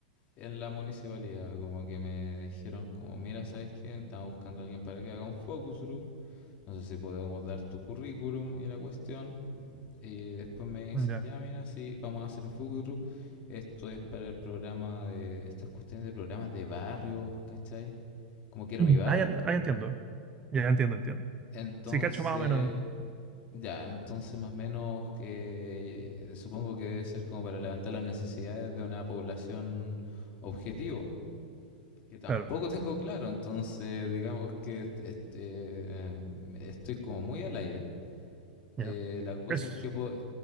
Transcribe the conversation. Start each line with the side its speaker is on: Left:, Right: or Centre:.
Left: en la municipalidad, como que me dijeron, como, mira, ¿sabes qué? Estamos buscando a alguien para que haga un focus group, no sé si podemos dar tu currículum y la cuestión, Y después me dicen,
Right: Ya.
Left: ya mira, sí, vamos a hacer un focus group. Esto es para el programa de, estas cuestiones de programas de barrio, ¿cachai? Como quiero
Right: Mm.
Left: mi barrio.
Right: Ah, ya, ah, ya entiendo. Ya, ya entiendo, entiendo.
Left: Entonces,
Right: Sí, cacho más o menos.
Left: ya, entonces más o menos que eh, supongo que debe ser como para levantar las necesidades de una población objetivo, que tampoco
Right: Claro,
Left: tengo claro, entonces digamos que este, este, eh, estoy como muy al aire. Eh,
Right: ya.
Left: la cosa
Right: Eso.
Left: es que po-